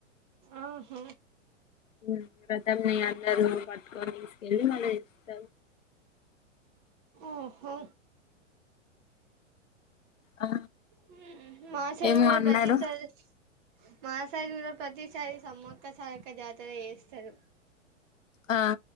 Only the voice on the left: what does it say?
మ్ రధం నీ అందరూ పట్టుకొని తీసుకెళ్ళి మళ్ళీ ఇస్తాం
ఆ
ఏమో
అన్నారు
ఆ